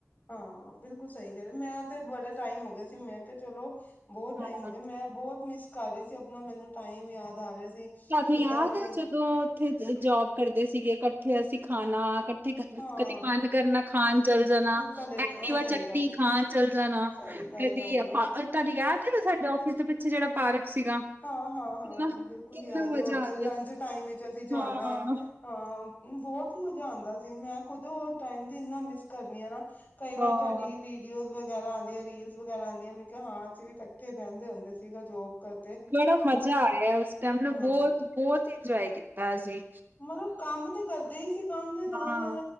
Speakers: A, on the left; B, on the right.
A: ਹਾ, ਬਿਲਕੁਲ ਸਹੀ ਕਹਿ ਰੇ ਓ। ਮੈਂ ਤੇ ਬੜੇ ਟਾਈਮ ਹੋਗੇ ਸੀ, ਮੈਂ ਕਿਹਾ ਚਲੋ ਬਹੁਤ ਟਾਈਮ
B: ਹਾਂ
A: ਹੋ ਗਿਆ, ਮੈਂ ਬਹੁਤ ਮਿਸ ਕਰ ਰਹੀ ਸੀ, ਅਪਨਾ ਮੈਨੂੰ ਟਾਈਮ ਯਾਦ ਆ ਰਿਹਾ ਸੀ।
B: ਤੁਹਾਨੂੰ
A: ਕਿੱਦਾਂ
B: ਯਾਦ
A: ਅਸੀਂ
B: ਏ ਓਹ ਜਦੋਂ ਉੱਥੇ ਜ-ਜੋਬ ਕਰਦੇ ਸੀਗੇ। ਕੱਠੇ ਅਸੀ ਖ਼ਾਨਾ ਕੱ ਠੇ ਕਦੇ,
A: ਹਾਂ
B: ਕਦੀ ਮੰਨ ਕਰਨਾ, ਖਾਨ ਚੱਲ ਜਾਨਾ।
A: ਕਲੇ
B: ਐਕਟੀਵਾ
A: ਸਹੀ
B: ਚੱਕਣੀ,
A: ਗੱਲ
B: ਖਾਨ ਚੱਲ ਜਾਨਾ
A: ਸਹੀ
B: ਤੇ
A: ਗੱਲ ਕਰ
B: ਵੀ
A: ਰਹੇ
B: ਆਪਾਂ,
A: ਹੋ
B: ਔਰ ਤੁਹਾਨੂੰ ਯਾਦ ਐ ਨਾ, ਸਾਡੇ ਔਫਿਸ ਦੇ ਪਿੱਛੇ ਜਿਹੜਾ ਪਾਰਕ ਸੀਗਾ।
A: ਹਾਂ-ਹਾਂ-ਹਾਂ,
B: ਕਿੰਨਾ
A: ਬਿਲਕੁਲ
B: ਕਿੰਨਾ
A: ਯਾਦ ਏ।
B: ਮਜ਼ਾ
A: ਉੱਧਰ
B: ਆ
A: ਲਂ
B: ਗਿਆ
A: ਟਾਈਮ 'ਚ ਅਸੀ ਜਾਨਾ।
B: ਹਾਂ।
A: ਆਹ, ਬਹੁਤ ਮਜ਼ਾ ਆਂਦਾ ਸ ਦੀ ਮੈਂ ਖੁਦ ਉਹ ਟਾਈਮ ਦੀ ਇੰਨਾ ਮਿਸ ਕਰਨੀ ਆ ਨਾਂ। ਕਈ ਵਾਰ
B: ਹਾਂ,
A: ਤੁਹਾਡੀ ਵੀ ਡੀਓਜ਼ ਵਗੈਰਾ ਆਂਦੀਆਂ, ਰੀਲਸ ਵਗੈਰਾ ਆਂਦੀਆਂ। ਮੈਂ ਕਿਹਾ ਹਾਂ, ਅਸੀ ਵੀ ਇਕੱਠੇ ਬਹਿੰਦੇ ਹੁੰਦੇ ਸੀਗੇ। ਜੋਬ ਕਰ
B: ਬੜਾ ਮਜ਼ਾ ਆਇਆ ਏ ਉਸ ਟਾਈਮ ਨਾ।
A: ਹਾਂ
B: ਬਹੁਤ-ਬਹੁਤ ਇੰਜੋਏ ਕੀਤਾ ਅਸੀ।
A: ਮਲਬ ਕੰਮ ਤੇ ਕਰਦੇ ਈ ਸੀ। ਕੰਮ ਦੇ ਨਾਲ-ਨਾਲ
B: ਹਾਂ